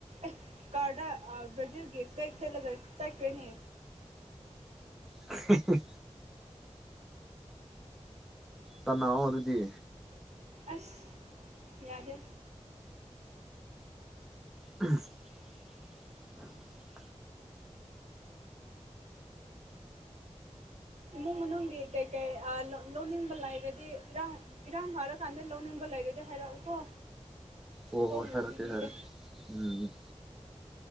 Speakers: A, on the right (about 70°); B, in the centre.
A: ꯑꯦ ꯀꯥꯔꯗ ꯕ꯭ꯔꯔꯖꯤꯜꯒꯤ ꯐ꯭ꯂꯦꯛ ꯊꯦꯠꯂꯒ ꯆꯠꯈ꯭ꯔꯦꯅꯦ
B: ꯑ ꯍꯤ ꯍꯤ ꯇꯥꯟꯅꯑꯣ ꯑꯗꯨꯗꯤ
A: ꯑꯥꯁ ꯌꯥꯗ
B: ꯎꯨꯍ <inaudible>
A: ꯏꯃꯨꯡ ꯃꯅꯨꯡꯒꯤ ꯀꯩꯀꯩ ꯑꯥ ꯂꯣ ꯂꯣꯟꯅꯤꯡꯕ ꯂꯩꯥꯔꯗꯤ ꯏꯔꯥꯡ ꯏꯔꯥꯡ ꯐꯔꯀꯥꯟꯗ ꯂꯧꯅꯤꯡꯕ ꯂꯩꯔꯗꯤ ꯍꯥꯏꯔꯛꯎꯀꯣ
B: ꯍꯣ
A: ꯍꯣꯡꯅ
B: ꯍꯣꯏ ꯍꯥꯏꯔꯛꯀꯦ
A: ꯄꯤꯕꯤꯒꯦ
B: ꯍꯥꯏꯔꯛꯀꯦ ꯎꯝ